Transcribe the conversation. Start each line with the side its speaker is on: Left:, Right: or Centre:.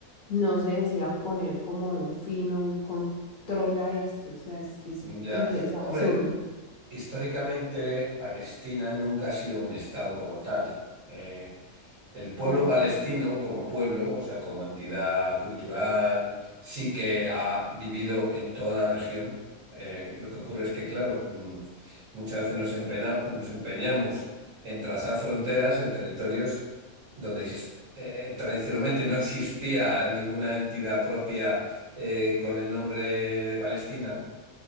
Left: no se decía poner como un fin o un control a esto, o sea, es que es,
Right: Ya,
Left: es es absurdo.
Right: hombre, históricamente Palestina nunca ha sido un estado como tal. Eh, El pueblo
Left: Ok.
Right: palestino como pueblo, o sea, como entidad cultural, sí que ha vivido en toda la región. Eh, lo que ocurre es que, claro, mm, muchas veces nos empena- nos empeñamos en trazar fronteras en territorios donde exis- eh, eh, tradicionalmente no existía ninguna entidad propia eh, con el nombre de Palestina,